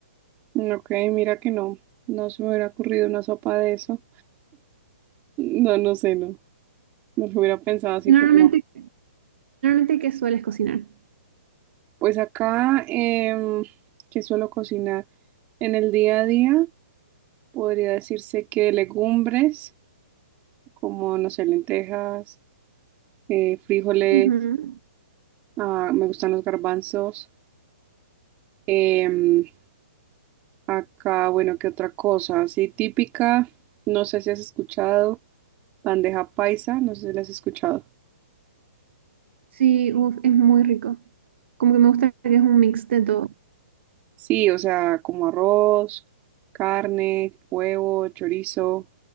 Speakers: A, on the right (about 25°); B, on the right (about 60°).
A: Mm, Ok, mira que no. No se me hubiera ocurrido una sopa de eso. No, no sé, no. No lo hubiera pensado así,
B: Normalmente,
A: pero no.
B: normalmente, ¿qué sueles cocinar?
A: Pues acá, em, que suelo cocinar en el día a día, podría decirse que legumbres. como, no sé, lentejas, eh, frijoles,
B: Ujú.
A: ah, me gustan los garbanzos. Em, acá, bueno, ¿qué otra cosa? Así típica, no sé si has escuchado, bandeja paisa, no sé si la has escuchado.
B: Sí, uf, es muy rico. Como que me gusta que es un mix de todo.
A: Sí, o sea, como arroz, carne, huevo, chorizo,